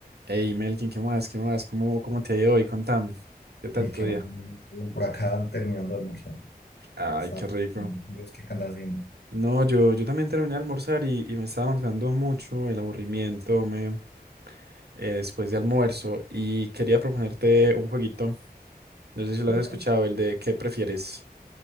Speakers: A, on the right; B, on the left.
A: Hey Melkin, ¿qué más? ¿Qué más? ¿Cómo, cómo te ha ido hoy? Contame. ¿Qué tal
B: Y
A: tu
B: que
A: día?
B: más, o menos por acá terminando de almorzar.
A: Ay,
B: Está-
A: qué rico.
B: Dios, ¿Qué andas haciendo?
A: No, yo, yo también terminé de almorzar y, y me estaba matando mucho el aburrimiento me, eh, después de almuerzo y quería proponerte un jueguito. No sé si lo
B: Contame.
A: has escuchado, el de ¿qué prefieres?